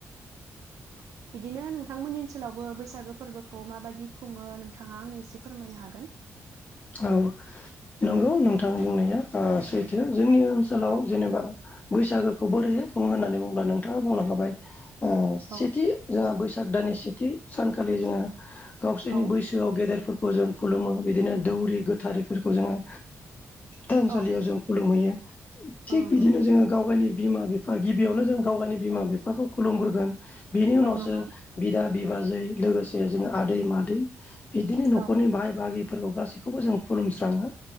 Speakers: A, on the right (about 70°); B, on the left (about 30°).
A: <inaudible> बिदिनो नोंथांमोननि ओनसोलावबो बैसागो फोरबोखौ माबायदि खुङो नोंथाङा आंनो एसे फोरमायनो हागोन।
B: औ नंगौ नोंथां बुंनाया सैथो जोंनि ओनसोलाव
A: औ
B: जेनेबा बैसागोखौ बोरैहाय बुङो होननानै बुंुङोब्ला नोंथाङा बुंनो हाबाय सेथि
A: औ
B: जोंहा बैसाग दाननि सेथि सानखालि जोङो गावसोरनि
A: औ
B: बैसो गोसोआव गेदेरफोरखौ जों खुलुमो बिदिनो दौरि गोथारैफोरखौ जोङो थानसालियाव
A: औ
B: जों खुलुमहैयो थिग
A: औ नंगौ
B: बिदिनो जोङो गाव गावनि बिमा बिफा गिबियावनो जों गाव गावनि बिमा बिफाखौ खुलुमग्रोगोन बिनि उनावसो
A: औ नंगौ
B: बिदा बिबाजै लोगोसे जोङो आदै मादै बिदिनो न'खरनि
A: औ
B: बाय बागिफोरखौ गासिबो बेखौबो जों खुलुमस्राङो